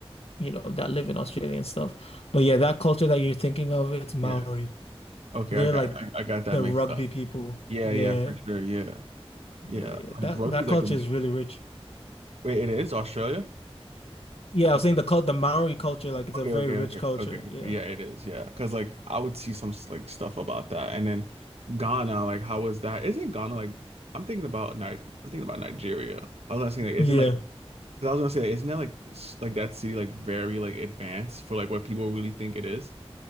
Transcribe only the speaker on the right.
Yeah. Okay,
I got
I, I got that
mixed
up.
Yeah,
yeah, for sure. Yeah. Yeah.
Like
rugby's
like a
wait, it is Australia?
Or-
Okay,
okay,
okay,
okay, okay.
Yeah, it is. Yeah, because like I would see some like stuff about that. And then Ghana, like how was that? Isn't Ghana like I'm thinking about Ni I'm thinking about Nigeria. I was gonna say like
isn't like 'Cause I was gonna say, isn't that like s- like that city like very like advanced for like what people really think it is?